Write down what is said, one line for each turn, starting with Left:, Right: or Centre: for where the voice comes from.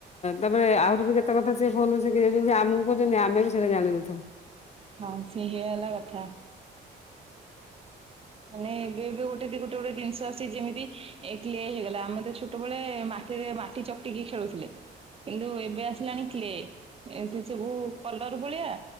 Left: ତାପରେ ଆହୁରି ବି କେ ତେ କଥା ସେ ଫୋନରୁ ସିକି ଯାଉଚନ୍ତି ଆମକୁ କହୁଚନ୍ତି ଆମେ ବି ସେଟା ଜାଣିନଥାଉ।
Right: ହଁ ସେଇଆ ହେଲା କଥା। ମାନେ ଏବେ ଏବେ ଗୋଟେ ଦି ଗୋଟେ ଗୋଟେ ଜିନିଷ ଅଛି ଯେମିତି କ୍ଳେ ହେଇଗଲା ଆମେ ତ ଛୋ ଟବେଳେ ମାଟିରେ ମାଟି ଚକଟିକି ଖେଳୁଥିଲେ। କିନ୍ତୁ ଏବେ ଆସିଲାଣି କ୍ଳେ ଏ ସେ ସବୁ କଲର ଭଳିଆ